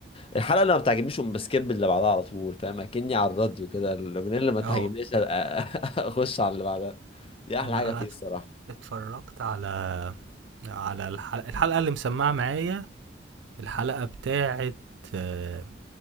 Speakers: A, on the left (about 30°); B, on the right (about 75°).
A: الحلقه اللي ما بتعجبنيش أقوم بسكيب اللي بعدها على طول فاهم اكني على الراديو كده الاغنيه اللي ما تعجبنيش
B: اه
A: أ- <laughs> اخش على اللي بعدها دي احلى
B: انا
A: حاجه فيه
B: انا اتف-
A: الصراحه
B: اتفرجت على على الحلقه الحلقه اللي مسمعه معايا الحلقه بتاعه آه،